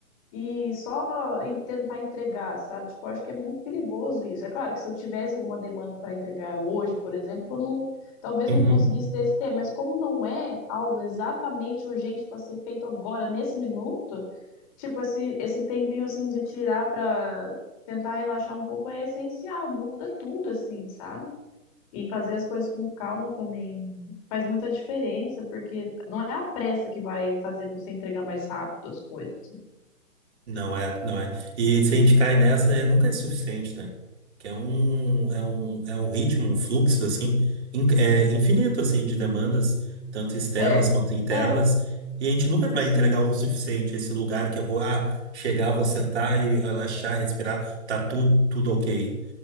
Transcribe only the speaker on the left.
e só em- tentar entregar, sabe? Tipo, eu acho que é muito perigoso isso. É claro que se eu tivesse alguma demanda para entregar hoje, por exemplo, eu não, talvez
não conseguisse ter esse tema, mas como não é algo exatamente urgente para ser feito agora, nesse minuto, tipo, esse, esse tempinho assim de tirar para tentar relaxar um pouco é essencial, muda tudo assim, sabe? E fazer as coisas com calma também faz muita diferença, porque não é a pressa que vai fazer você entregar mais rápido as coisas, né?
É,
é,
sim.